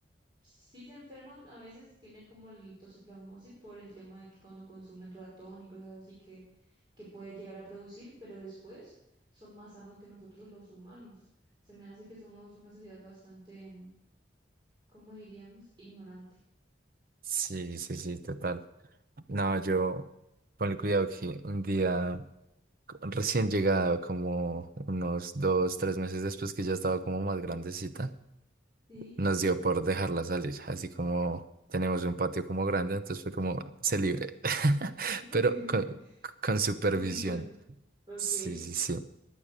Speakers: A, on the right; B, on the right.
A: Si se enferman, a veces tienen como el toxoplasmosis por el tema de que cuando consumen ratón y cosas así que, que puede llegar a producir, pero después son más sanos que nosotros los humanos. Se me hace que somos una sociedad bastante, ¿cómo diríamos? Ignorante.
B: sí, sí, sí, total. No, yo, con el cuidado que un día co- recién llegado, como unos dos, tres meses después que ya estaba como más grandecita.
A: ¿Sí?
B: nos dio por dejarla salir, así como tenemos un patio como grande, entonces fue como se libre, <laughs>
A: <laughs>
B: pero con, con supervisión.
A: Condición. Ok.
B: Sí, sí, sí.